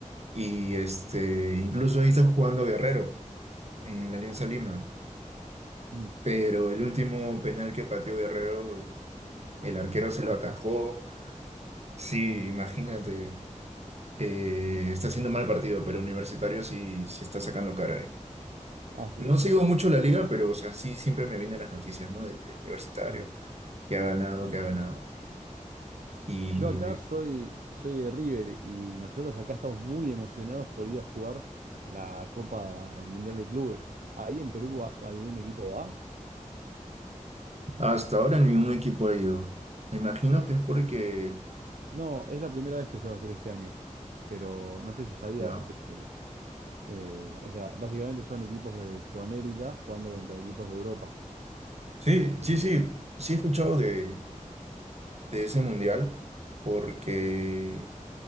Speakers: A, on the right; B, on the right.
A: y este, incluso ahí está jugando Guerrero en la Alianza Lima,
B: Mm.
A: pero el último penal que pateó Guerrero, el arquero se lo
B: Ajá.
A: atajó,
B: <laughs>
A: sí, imagínate, eh, está haciendo mal partido, pero Universitario sí, sí está sacando cara. ahí.
B: Ah, sí.
A: No sigo mucho la liga, pero o sea, sí siempre me vienen las noticias, ¿no? De, de Universitario,
B: Mm,
A: que ha ganado,
B: Sí.
A: que ha ganado. Y
B: Yo acá
A: ahí-
B: soy, soy de River y nosotros acá estamos muy emocionados por ir a jugar la Copa del Mundial de Clubes. ¿Ahí en Perú va- algún equipo va?
A: hasta ahora ningún equipo ha ido. Me imagino que es porque,
B: No, es la primera vez que se va a hacer este año, pero no sé si sabías
A: ya.
B: que, eh, o sea, básicamente son equipos de Sudamérica jugando contra equipos de Europa.
A: Sí,
B: Eh,
A: sí, sí, sí he escuchado de, de ese mundial porque